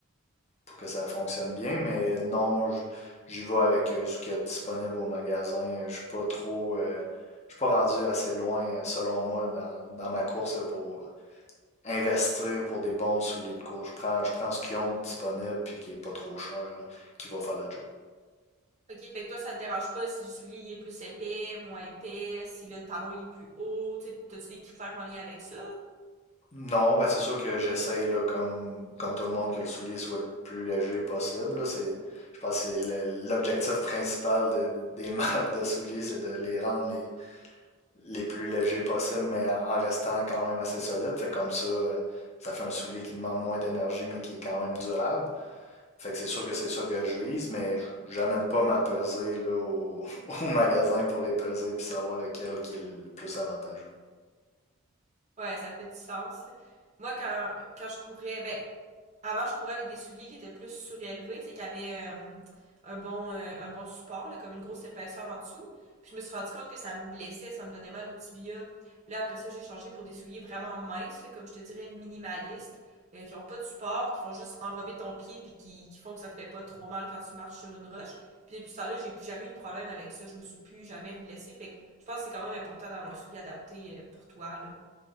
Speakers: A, on the left (about 30°); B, on the right (about 30°).
A: pour que ça fonctionne bien, mais non, je- j'y vais avec euh, ce qu'il y a de disponible au magasin. Euh, Je suis pas trop, euh, je suis pas rendu assez loin, euh, selon moi, dans, dans ma course là, pour investir pour des bons souliers de course. Je prends, je prends ce qu'ils ont de disponible puis qui est pas trop cher, là, qui va faire la job.
B: OK, fait que toi, ça te dérange pas si le soulier il est plus épais, moins épais, si le talon il est plus haut, tu sais, t'as-tu des critères en lien avec ça?
A: Non, ben c'est sûr que j'essaye, là, comme, comme tout le monde, que le soulier soit le plus léger possible. là. C'est, je pense que c'est le- l'objectif principal de- des <laughs> marques de souliers, c'est de les rendre les, les plus légers possibles, mais en restant quand même assez solide. Fait que comme ça, euh, ça fait un soulier qui demande moins d'énergie, mais qui est quand même durable. Fait que c'est sûr que c'est ça que je vise, mais j'amène pas ma pesée là, au, <laughs> au magasin pour les peser puis savoir lequel qui est le plus avantageux.
B: Ouais, ça fait du sens, là. Moi, quand, quand je courais, ben, Avant, je courais avec des souliers qui étaient plus surélevés, tu sais, qui avaient euh, un bon euh, un bon support, là, comme une grosse épaisseur en dessous. Puis je me suis rendu compte que ça me blessait, ça me donnait mal au tibia. Là, après ça, j'ai changé pour des souliers vraiment minces, là, comme je te dirais, minimalistes, euh, qui n'ont pas de support, qui font juste enrober ton pied puis qui, qui font que ça te fait pas trop mal quand tu marches sur une roche. Puis depuis ça là, j'ai plus jamais eu de problème avec ça. Je me suis plus jamais reblessée. Fait que je pense que c'est quand même important d'avoir un soulier adapté euh, pour toi, là.